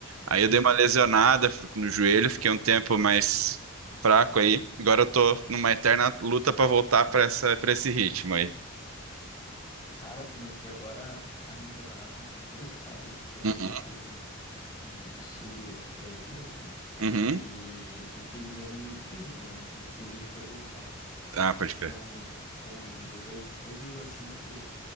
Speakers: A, on the right; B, on the left.
A: Aí
B: Sim.
A: eu dei uma lesionada fico no joelho, fiquei um tempo mais fraco aí. Agora eu tô numa eterna luta pra voltar pra essa, pra esse ritmo aí.
B: Cara, eu comecei agora a me preparar pra um concurso, sabe? Que abriu
A: Uhum,
B: aqui do, no, no sul do, do Brasil aqui.
A: uhum.
B: E, e tem o exame físico, né? Que exige corrida e tal.
A: Ah,
B: E
A: pode
B: são,
A: crer.
B: são do dois- 2,5